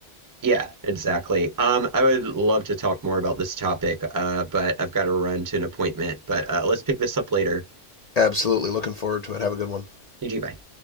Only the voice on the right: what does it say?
Yeah, exactly. Um, I would love to talk more about this topic, uh, but I've got to run to an appointment. But uh, let's pick this up later.
GG, bye.